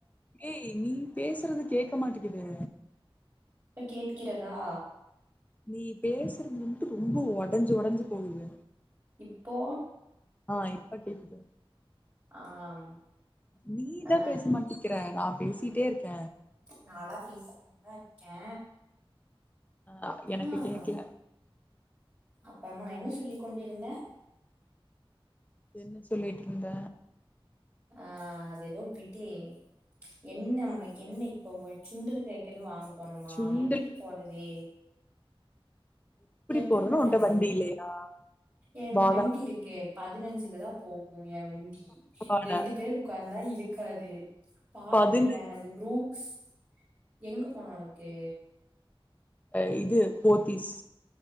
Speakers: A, on the left; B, on the right.
A: ஏய் நீ பேசுறது கேக்க மாட்டிக்குது
B: இப்ப கேக்கிறதா
A: நீ பேசுறதுன்ட்டு ரொம்ப ஒடஞ்சு ஒடஞ்சு போகுது
B: இப்போ
A: ஆ இப்ப கேக்குது
B: ஆம்
A: நீதா
B: ஆ
A: பேச மாட்டிக்கிற நா பேசிட்டே இருக்க
B: நாலா பேசிகிட்தா இருக்கே
A: ஆ எனக்கு
B: ஆ
A: கேக்ல
B: அப்புறமா நா என்ன சொல்லிக் கொண்டுருந்தே
A: என்ன சொல்லிட்டு இருந்த
B: ஆ அது எதோ விட்டே என்ன ஒனக்கு என்ன இப்போ ஒனக் சுண்டலு பே க்கிறது வாங்க போணுமா
A: சுண்டல்
B: எப்டி போறது எப்டி
A: போறதுன்னு
B: போறது
A: உன்ட்ட வண்டி இல்லையா
B: என்
A: வாகனம்
B: வண்டி இருக்கு பதினஞ்சுலதா போவ் வு எ வண்டி
A: காண
B: ரெண்டு பேர் உக்காந்தா இழுக்காது பாலலா
A: பதினெ
B: ஏறாது ப்ரூக்ஸ் எங்க போனு ஒனக்கு
A: அ இது போத்திஸ்